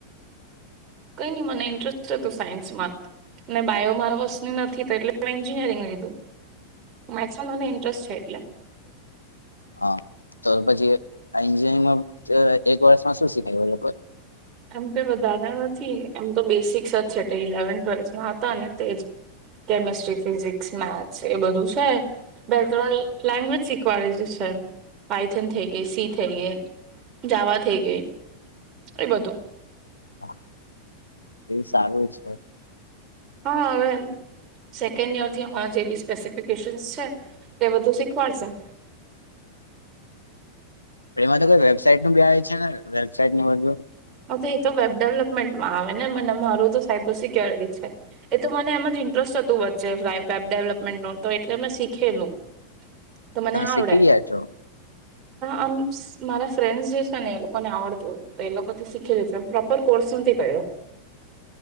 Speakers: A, on the right; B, on the left.
A: કઈ નહી મને ઇન્ટરેસ્ટ હતું સાયન્સમાં અને બાયો મારા હસની નથી તો એટલે ત મે એન્જિનિયરિંગ લીધું. મેક્સ મે મને ઇન્ટરેસ્ટ છે એટલે.
B: હા તો પછી આ એન્જિનમા એક વર્ષમાં શું શીખાવુ એ લોકોએ.
A: એમ કઈ વધારારે નથી એમ તો બેસિક્સ જ છે ઇલેવન ટ્વેલ્થમાં હતા ને તેજ કેમેસ્ટ્રી ફિઝિક્સ ને આ છે એ બધું છે બે ત્રણ લેંગ્વેજ શીખવાડે છે પાઇથન થઈ ગઈ, સી થઈ ગઈ, જાવા થઈ ગઈ. એઈ બતું.
B: હા એવું સારું છે.
A: હા હવે સેકન્ડ યરથી અમારા જે સ્પેસિફિકેશન્સ છે તે બધું શીખવાડશે.
B: એમાં તો કોઈ વેબસાાઈટ નું બી આવે છે ને. બેન સાઈટ ને બધું.
A: હ તો એ તો વેબ ડેવલપમેન્ટમાં આવે ને મને મારું તો સાયબર સિક્યોરિટી છે એ તો મને એમાં ઇન્ટરેસ્ટ હતું વચ્ચે વેબ ડેવલપમેન્ટનું તો એટલે મેં શીખેલું. તો મને
B: તમે
A: આવડે
B: શીખી ગયા છો.
A: આમ મારા ફ્રેન્ડસ જે છે ને એ લોકોને આવડતું હતું એ લોકો ત શીખી લી દમ પ્રોપર કોર્સ નથી કયર.